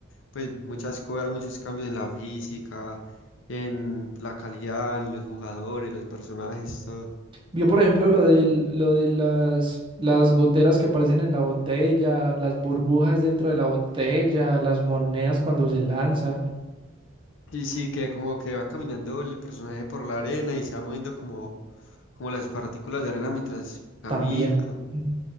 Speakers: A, on the left; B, on the right.
A: pues muchas cosas, muchos cambios en la física, en la calidad, en los jugadores, los personajes, todo.
B: Vio, por ejemplo, lo de, lo de las, las goteras que aparecen en la botella, las burbujas dentro de la botella, las monedas cuando se lanza,
A: Sí, sí, que como que va caminando el personaje por la arena y se va moviendo como, como las partículas de arena mientras camina.
B: también. Mm.